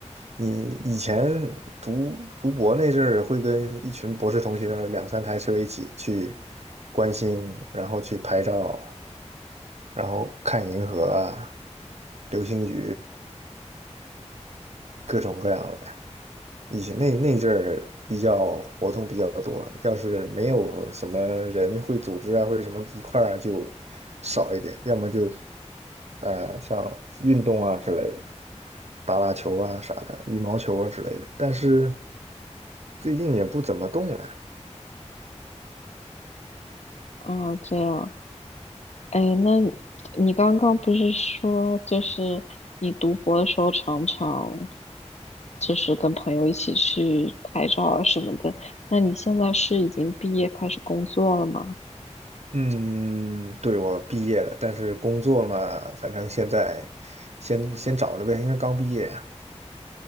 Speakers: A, on the right (about 65°); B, on the left (about 65°).
A: 你以前读读博那阵儿，会跟一群博士同学两三台车一起去观星，然后去拍照，然后看银河啊、流星雨，各种各样的。以前那那阵儿比较活动比较多，要是没有什么人会组织啊，或者什么一块儿啊就少一点，要么就呃，像运动啊之类的，打打球啊啥的，羽毛球啊之类的。但是最近也不怎么动了。
B: 啊，这样哎，那你刚刚不是说，就是你读博的时候常常就是跟朋友一起去拍照啊什么的。那你现在是已经毕业开始工作了吗？
A: 嗯，对，我毕业了，但是工作嘛，反正现在先先找着呗，因为刚毕业啊